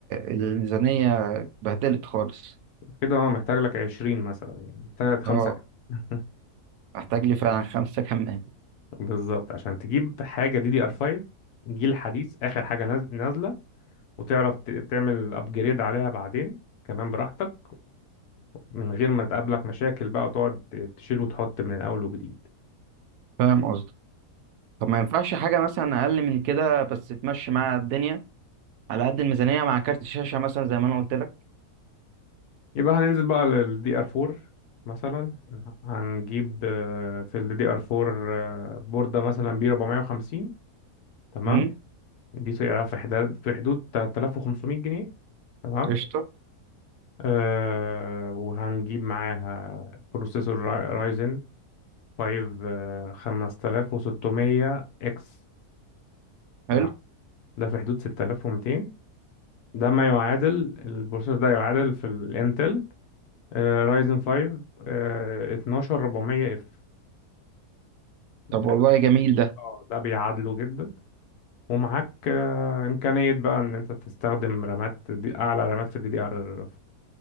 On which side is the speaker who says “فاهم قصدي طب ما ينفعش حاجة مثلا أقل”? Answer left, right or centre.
Right